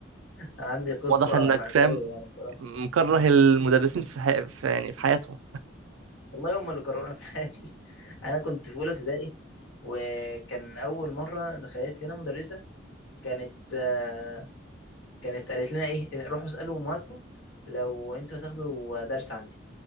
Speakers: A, on the left; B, on the right.
A: عندي قصة
B: واضح انك
A: مأساوية
B: فاهم
A: يعني بصراحة
B: مكره المدرسين في, حي... في يعني في حياتهم
A: والله هم اللي كرهوني في حياتي <laughs> أنا كنت في أولى ابتدائي وكان أول مرة دخلت لنا مدرسة كانت آه، كانت قالت لنا إيه روحوا اسألوا أمهاتكم لو أنتوا هتاخدوا درس عندي